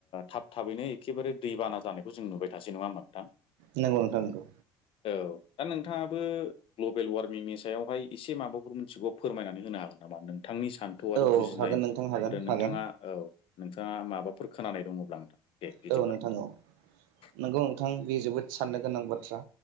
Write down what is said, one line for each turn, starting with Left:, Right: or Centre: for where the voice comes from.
Left: थाब थाबैनो एखेबारे दैबाना जानायखौ जों नुबाय थासै नङा होनबा नोंथां
Right: नोंगौ नोंथां नंगौ।
Left: औ दा नोंथाङाबो ग्लबेल वारमिंनि सायावहाय एसे माबाफोर मिथिगौ फोरमायनानै होनो हागोन नामा नों नोंथांनि सान्थौ आरो
Right: औ
Left: बुजिनाय
Right: हागोन नोंथां हागोन
Left: आरो नोंथाङा
Right: हागोन
Left: औ नोंथाङा माबाफोरखौ खोनानाय दङब्ला नोंथां दे बिदिब्ला
Right: औ नोंथां
Left: नोंथाङा।
Right: औ
Left: <inaudible>
Right: नंगौ नोंथां बे जोबोद साननो गोनां बाथ्रा